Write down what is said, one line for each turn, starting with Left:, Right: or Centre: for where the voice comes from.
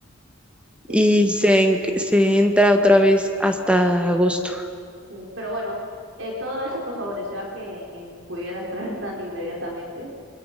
Right: Sí.
Centre: y se, en- se entra otra vez hasta agosto.
Right: Sí, pero bueno, eh, todo eso pues favoreció a que en- pudiera entrar <laughs> tan inmediatamente.